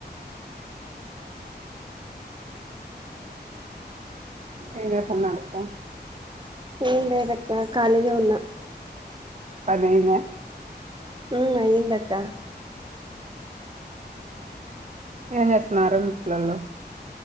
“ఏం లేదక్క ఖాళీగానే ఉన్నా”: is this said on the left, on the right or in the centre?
Right